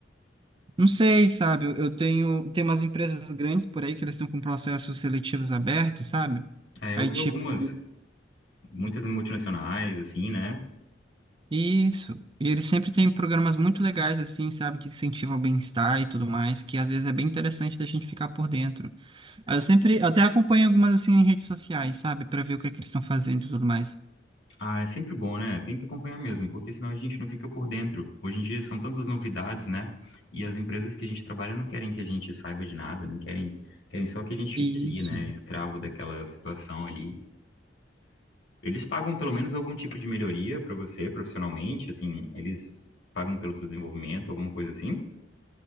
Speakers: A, on the right; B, on the left.
A: Não sei, sabe? Eu, eu tenho, tem umas empresas grandes por aí que eles estão com processos seletivos abertos, sabe?
B: É,
A: Aí,
B: eu vi
A: tipo.
B: algumas, muitas multinacionais, assim, né?
A: Isso. E eles sempre têm programas muito legais, assim, sabe, que incentivam o bem-estar e tudo mais, que às vezes é bem interessante da gente ficar por dentro. Aí Eu sempre até acompanho algumas, assim, em redes sociais, sabe, para ver o que é que eles estão fazendo e tudo mais.
B: Ah, é sempre bom, né? Tem que acompanhar mesmo, porque senão a gente não fica por dentro. Hoje em dia são tantas novidades, né? E as empresas que a gente trabalha não querem que a gente saiba de nada, não querem, querem só que a gente
A: Isso.
B: fique ali, né? Escravo daquela situação ali. Eles pagam pelo menos algum tipo de melhoria para você profissionalmente, assim, eles pagam pelo seu desenvolvimento, alguma coisa assim?